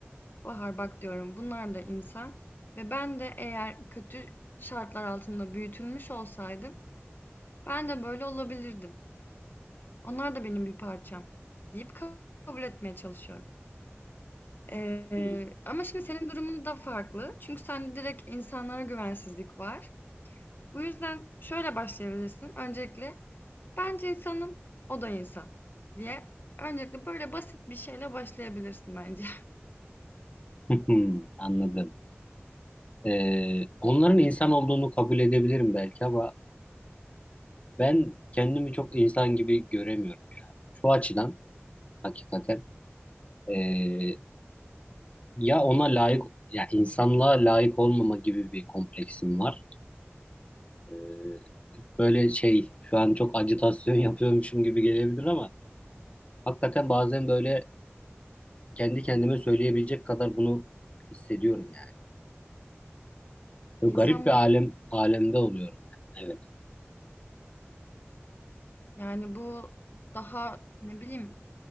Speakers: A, on the left (about 45°); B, on the left (about 30°).
A: Bahar bak diyorum bunlar da insan ve ben de eğer kötü şartlar altında büyütülmüş olsaydım ben de böyle olabilirdim. Onlar da benim bir parçam deyip kabul etmeye çalışıyorum. Ee,
B: hı
A: ama şimdi senin durumun da farklı. Çünkü sende direkt insanlara güvensizlik var. Bu yüzden şöyle başlayabilirsin. Öncelikle bence insanım, o da insan diye. Öncelikle böyle basit bir şeyle başlayabilirsin bence.
B: hı. <laughs> Anladım. Ee, onların insan olduğunu kabul edebilirim belki ama ben kendimi çok insan gibi göremiyorum ya. Şu açıdan hakikaten ee, ya ona layık ya insanlığa layık olmama gibi bir kompleksim var. Ee, böyle şey şu an çok ajitasyon <laughs> yapıyormuşum gibi gelebilir ama hakikaten bazen böyle kendi kendime söyleyebilecek kadar bunu hissediyorum yani. Böyle
A: <laughs> İnsan
B: garip
A: mı?
B: bir alem alemde oluyorum yani. Evet.
A: Yani bu daha ne bileyim